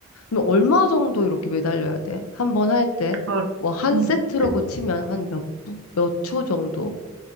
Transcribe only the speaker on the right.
그걸,
음,
그,